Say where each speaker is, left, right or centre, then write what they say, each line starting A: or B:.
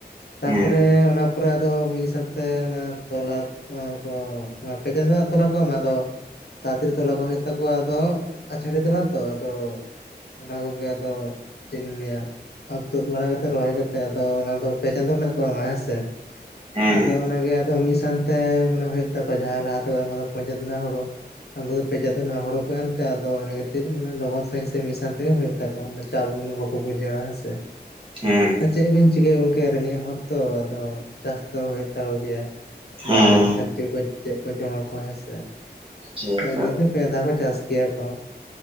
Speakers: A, on the left (about 65°); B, on the right (about 30°).
A: ᱛᱟᱯᱚᱨᱮ
B: ᱦᱮᱸ
A: ᱚᱱᱟᱯᱚᱨᱮ ᱟᱫᱚ ᱢᱤᱫ ᱥᱟᱶᱛᱮ ᱚᱱᱟ ᱛᱚᱞᱟ ᱠᱚ <inaudible> ᱛᱚᱞᱟ ᱠᱚ ᱮᱢᱟ ᱟᱫᱚ ᱛᱟᱲᱟ ᱛᱟᱹᱲᱤ ᱛᱚᱞᱟ ᱠᱚ ᱦᱩᱭᱩᱜ ᱛᱟᱠᱚᱣᱟ ᱟᱫᱚ ᱟᱪᱷᱟᱹᱲᱤ ᱛᱚᱞᱟ ᱛᱚ ᱟᱫᱚ ᱚᱱᱟ ᱠᱚᱜᱮ ᱟᱫᱚ ᱪᱮᱫ ᱤᱧ ᱞᱟᱹᱭᱟ ᱟᱨ ᱛᱩᱫ ᱵᱟᱲᱟ ᱠᱟᱛᱮ ᱨᱚᱦᱚᱭ ᱠᱟᱛᱮᱫ ᱟᱫᱚ ᱚᱱᱟᱫᱚ ᱯᱮ ᱪᱟᱸᱫᱳ ᱨᱮᱱᱟᱜ ᱠᱚ ᱮᱢᱟ ᱦᱮᱸ ᱥᱮ
B: ᱦᱮᱸ
A: ᱟᱫᱚ ᱚᱱᱟᱜᱮ ᱟᱫᱚ ᱢᱤᱫ ᱥᱟᱶᱛᱮᱻ ᱢᱟᱱᱮ ᱦᱩᱭᱩᱜ ᱛᱟᱠᱚᱣᱟ ᱡᱟᱦᱟᱸᱭ ᱞᱟᱦᱟ ᱛᱮᱠᱚ ᱮᱢ ᱠᱟᱫᱟ ᱯᱚᱧᱪᱟᱭᱮᱛ ᱨᱮᱱᱟᱜ ᱦᱩᱲᱩ ᱩᱝᱠᱩ ᱫᱚ ᱯᱮ ᱪᱟᱸᱫᱚ ᱨᱮᱱᱟᱜ ᱦᱳᱲᱳ ᱠᱚ ᱮᱢ ᱛᱮ ᱟᱫᱚ ᱤᱱᱟ ᱠᱷᱟᱹᱛᱤᱨ ᱢᱟᱱᱮ ᱞᱚᱜᱚᱱ ᱥᱟᱺᱦᱤᱡ ᱥᱮ ᱢᱤᱫ ᱥᱟᱶ ᱛᱮ ᱦᱩᱭᱩᱜ <inaudible> ᱪᱟᱵ ᱩᱱᱟᱹᱜ ᱵᱟᱠᱚ ᱵᱩᱡᱟᱹᱣᱟ ᱦᱮᱸ ᱥᱮ᱾
B: ᱦᱮᱸ
A: ᱪᱮᱫ ᱵᱤᱱ ᱪᱤᱠᱟᱹᱭᱟ ᱜᱚᱝᱠᱮ ᱨᱮᱸᱜᱮᱡ ᱦᱚᱲ ᱛᱚ ᱟᱫᱚ ᱪᱟᱥ ᱛᱚ ᱦᱩᱭᱩᱜ ᱛᱟᱠᱚ ᱜᱮᱭᱟ
B: ᱦᱮᱸ
A: ᱵᱟᱝ ᱪᱟᱥ ᱞᱮᱠᱷᱟᱱ ᱪᱮᱬ ᱠᱚ ᱪᱮᱫ ᱠᱚ ᱡᱚᱢᱟ ᱦᱮᱸ ᱥᱮ
B: ᱴᱷᱤᱠ
A: ᱟᱫᱚ ᱤᱱᱟᱹ ᱠᱷᱟᱹᱛᱤᱨ ᱯᱮ ᱫᱷᱟ ᱵᱚ ᱪᱟᱥ ᱜᱮᱭᱟ ᱠᱚ᱾